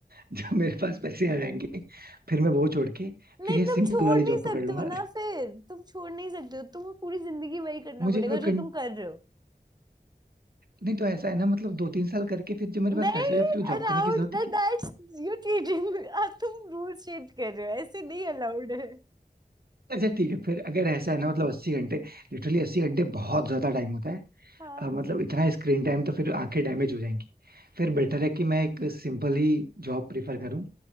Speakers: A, on the right; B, on the right.
A: <laughs> जब मेरे पास पैसे आ जाएंगे फिर मैं वो छोड़ के
B: नहीं
A: फिर ये
B: तुम
A: सिंपल
B: छोड़
A: वाली
B: नहीं
A: जॉब
B: सकते
A: पकड़ लूंगा
B: हो ना फिर तुम छोड़ नहीं सकते हो तुम्हें पूरी जिंदगी वही करना
A: मुझे
B: पड़ेगा
A: वो
B: जो
A: कं...
B: तुम कर रहे हो
A: नहीं तो ऐसा है ना मतलब दो तीन साल करके फिर जब मेरे
B: नहीं
A: पास पैसे हो या फिर वो जॉब
B: allowed
A: करने की जरूरत
B: that
A: ही क्या?
B: that's you cheating
A: है?
B: <laughs> आप तुम रूल चेंज कर रहे हो ऐसे नहीं अलाउड है
A: अच्छा ठीक है फिर अगर ऐसा है ना मतलब अस्सी घंटे लिटरली अस्सी घंटे बहुत ज्यादा टाइम होता है
B: हाँ
A: अ, मतलब इतना स्क्रीन टाइम तो फिर आंखें डैमेज हो जाएंगी फिर बेटर है कि मैं एक सिंपल ही जॉब प्रिफर करूं